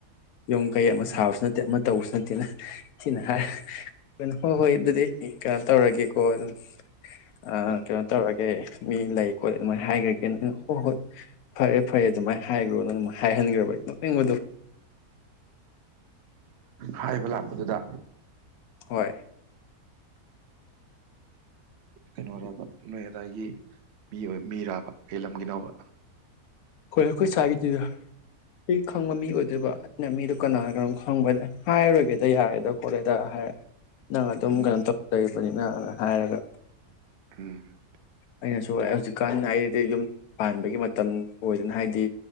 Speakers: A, on the left; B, on the right.
A: <unintelligible> ꯌꯨꯝ ꯀꯩ ꯑꯃ ꯁꯥꯕꯁꯨ
B: ꯎꯝ
A: ꯅꯠꯇꯦ ꯑꯃ ꯇꯧꯕꯁꯨ ꯅꯠꯇꯦ ꯅ ꯊꯤꯅ ꯍꯥꯏ ꯍꯣꯏ ꯍꯣꯏ ꯑꯗꯨꯗꯤ ꯀꯩꯅꯣ ꯇꯧꯔꯒꯦꯀꯣ ꯑꯗꯨꯝ ꯑ
B: ꯎꯝ
A: ꯀꯩꯅꯣ ꯇꯧꯔꯒꯦ ꯒꯦ ꯃꯤ ꯂꯩ ꯈꯣꯠꯂꯤ ꯑꯗꯨꯃꯥꯏꯅ ꯍꯥꯏꯈ꯭ꯔꯒꯦ ꯑꯩꯅ ꯍꯣꯏ ꯍꯣꯏ ꯐꯔꯦ ꯐꯔꯦ ꯑꯗꯨꯃꯥꯏꯅ ꯍꯥꯏꯈ꯭ꯔꯣꯅ ꯑꯗꯨꯝꯥꯏ ꯍꯥꯏꯍꯟꯈ꯭ꯔꯕ ꯅꯣꯛꯅꯤꯡꯕꯗꯣ
B: ꯍꯥꯏꯕ ꯂꯥꯛꯄꯗꯨꯗ
A: ꯍꯣꯏ
B: ꯀꯩꯅꯣꯔꯕ ꯅꯣꯏ ꯑꯗꯥꯏꯒꯤ ꯃꯤ ꯑꯣꯏ ꯃꯤꯔꯥꯕ ꯀꯩ ꯂꯝꯒꯤꯅꯣꯕ
A: ꯈꯣꯏ ꯑꯩꯈꯣꯏ ꯁꯥꯏꯒꯤꯅꯤꯗ ꯈꯪꯕ ꯃꯤ ꯑꯣꯏꯗꯣꯏꯕ ꯑꯩꯅ ꯃꯤꯗꯣ ꯀꯅꯥꯒꯅꯣꯝ ꯈꯪꯕꯗꯤ ꯍꯥꯏꯔꯣꯏꯒꯦꯗ ꯌꯥꯔꯦꯗ ꯈꯣꯠꯂꯦꯗ ꯍꯥꯏ ꯅꯪ ꯑꯗꯨꯝ
B: ꯎꯝ
A: ꯀꯩꯅꯣ ꯇꯧ ꯂꯩꯕꯅꯤꯅ ꯅ ꯍꯥꯏꯔꯒ
B: ꯎꯝ
A: ꯑꯩꯅꯁꯨ ꯍꯧꯖꯤꯛꯀꯥꯟ ꯑꯩꯗꯤ ꯌꯨꯝ ꯄꯥꯟꯕꯒꯤ ꯃꯇꯝ ꯑꯣꯏꯗꯅ ꯍꯥꯏꯗꯤ